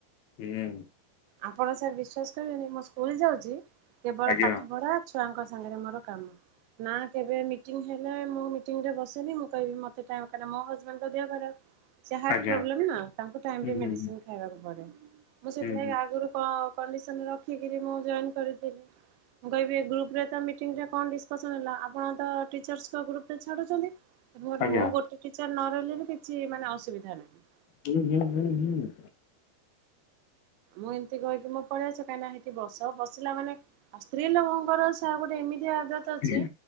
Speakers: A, on the left; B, on the right.
A: ହୁଁ।
B: ଆପଣ ସାର ବିଶ୍ଵାସ କରିବେନି ମୁଁ ସ୍କୁଲ ଯାଉଛି କେବଳ
A: ଆଜ୍ଞା।
B: ପାଠ ପଢା ଛୁଆଙ୍କ ସାଙ୍ଗରେ ମୋର କାମ। ନା କେବେ ମିଟିଂ ହେଲେ ମୁଁ ମିଟିଂରେ ବସେନି ମୁଁ କହିବି ମତେ ଟାଇ କାରଣ ମୋ ହଜବେଣ୍ଡଙ୍କ ଦେହ ଖରାପ ସେ ହାଟ୍
A: ଆଜ୍ଞା
B: ପ୍ରୋବ୍ଲେମ ନା ତାଙ୍କୁ ଟାଇମ୍
A: ହୁଁ
B: ରେ ମେଡିସିନ
A: ହୁଁ ହୁଁ
B: ଖାଇବାକୁ ପଡ଼େ ମୁଁ ସେଥିଲାଗି
A: ହୁଁ
B: ଆଗ ଆଗରୁ କ କଣ୍ଡିସନ୍ ରଖିକିରି ମୁଁ ଜଏନ୍ କରିଥିଲି। ମୁଁ କହିବି ଗ୍ରୁପରେ ତ ମିଟିଂରେ କଣ ଡିସକସନ୍ ହେଲା ଆପଣ ତ ଟିଚର୍ସଙ୍କ ଗ୍ରୁପ ରେ ଛାଡୁଚନ୍ତି ମୁଁ ହେଟି
A: ଆଜ୍ଞା
B: ମୁଁ ଗୋଟେ ଟିଚର ନ ରହିଲେ ବି କିଛି ମାନେ ଅସୁବିଧା ନାହିଁ।
A: ହୁଁ ହୁଁ ହୁଁ ହୁଁ।
B: ମୁଁ ଏମିତି କହିକି ମୁଁ ପଳେଇ ଆସେ କାହିଁକିନା ହେଠି ବସ ବସିଲା ମାନେ ଆଉ ସ୍ତ୍ରୀ ଲୋକଙ୍କର ସେ ଗୋଟେ ଏମିତି ଆଦତ ତ
A: ହୁଁ।
B: ଅଛି